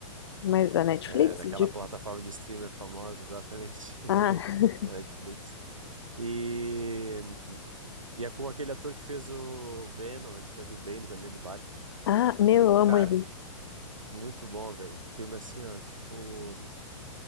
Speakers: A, on the left; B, on the right.
A: Mais da Netflix?
B: é, daquela
A: De-
B: plataforma de streamer famosa, exatamente, <laughs>
A: Ah, <laughs>
B: da Netflix. E e é com aquele ator que fez o Venom, ele fez o Bane também do Batman.
A: ah, meu, eu
B: E
A: amo
B: cara,
A: ele.
B: Muito bom, velho. O Filme assim, ó, tipo,